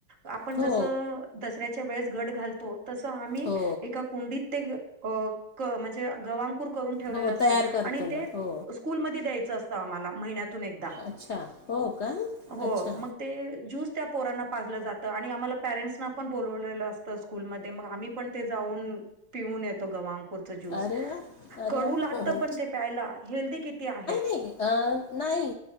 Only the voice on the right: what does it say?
आपण
जसं दसऱ्याच्या वेळेस घट घालतो तसं आम्ही
एका कुंडीत ते म्हणजे गव्हा अंकूर करून ठेवलेला
असतो
आणि
ते
स्कूलमध्ये द्यायचं असतं आम्हाला महिन्यातून एकदा.
हो
मग ते ज्यूस त्या पोरांना पाजलं जातं आणि आम्हाला पेरेंट्सना पण बोलवलेलं असतं. स्कूल मध्ये मग आम्ही पण ते जाऊन पिऊन येतो गवांकूर. तो ज्यूस
कडू लागत
पण ते प्यायला हेल्दी किती आहे.